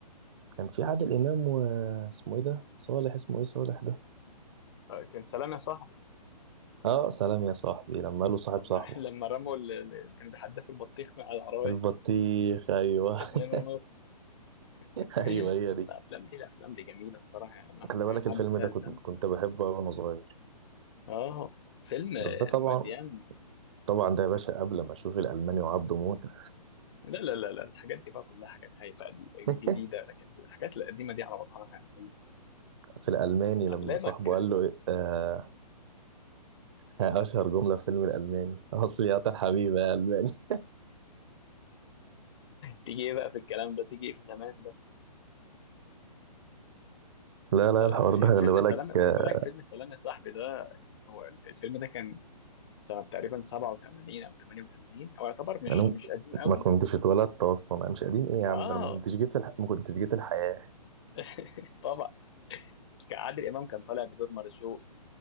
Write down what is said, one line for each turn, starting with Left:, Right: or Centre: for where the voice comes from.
Right: كان في عادل امام واسمه ايه ده صالح اسمه ايه صالح ده
Left: آه كان سلام يا صاحبي
Right: اه سلام يا صاحبي لما قاله صاحب
Left: طب ما
Right: صاحبه
Left: <laughs> لما رموا اللي كانوا بيحدفوا البطيخ من على العربية
Right: البطيخ ايوه
Left: اتنين
Right: <laughs>
Left: ونص <laughs>
Right: ايوه هي دي
Left: الأفلام دي الأفلام دي جميلة الصراحة يعني مهما
Right: خلي بالك
Left: عدى
Right: الفيلم
Left: عليها
Right: ده
Left: الزمن
Right: كنت كنت بحبه أوي وانا صغير
Left: آه فيلم
Right: بس ده طبعا
Left: مليان
Right: طبعا ده يا باشا قبل ما اشوف الالماني وعبده موته
Left: لا لا لا لا الحاجات دي بقى كلها حاجات هايفه قديمه جديده
Right: <laughs>
Left: لكن الحاجات القديمه دي على مصحف يا معلم
Right: في الالماني لما
Left: علمك
Right: صاحبه
Left: <laughs>
Right: قال له إيه- آه اشهر جمله في فيلم الالماني <laughs> اصلي يا طال حبيبي يا الماني <laughs>
Left: تيجي ايه بقى في الكلام ده تيجي ايه في زمان ده
Right: لا لا
Left: طيب
Right: الحوار
Left: في
Right: ده خلي
Left: فيلم
Right: بالك
Left: سلام
Right: آه،
Left: خد بالك فيلم سلام يا صاحبي ده هو الف- الفيلم ده كان سنه تقريبا 87 او 88 هو يعتبر مش
Right: انا
Left: مش قديم قوي
Right: ما كنتش اتولدت اصلا انا مش قديم ايه
Left: ما
Right: يا عم ده انا ما
Left: آه،
Right: كنتش جيت الح... ما كنتش جيت الحياه
Left: <laughs> طبعا كان عادل امام كان طالع بدور مرزوق